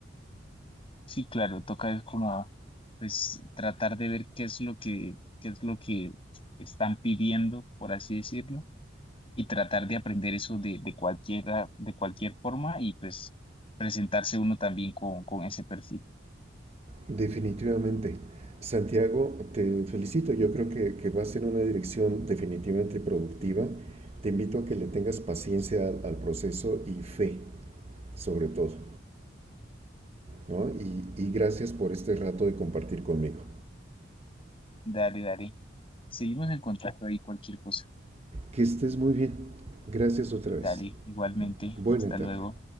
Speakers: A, on the left; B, on the right.
A: Sí, claro, toca es como pues tratar de ver qué es lo que, qué es lo que están pidiendo, por así decirlo y tratar de aprender eso de, de cualquiera, de cualquier forma y pues presentarse uno también con, con ese perfil.
B: definitivamente. Santiago, te felicito, yo creo que, que vas en una dirección definitivamente productiva. Te invito a que le tengas paciencia al al proceso y fe, sobre todo. ¿no? Y, y gracias por este rato de compartir conmigo.
A: Dale, dale. Seguimos en contacto ahí, cualquier cosa.
B: Que estés muy bien. Gracias otra
A: Dale,
B: vez.
A: igualmente.
B: Buena
A: Hasta
B: tarde.
A: luego.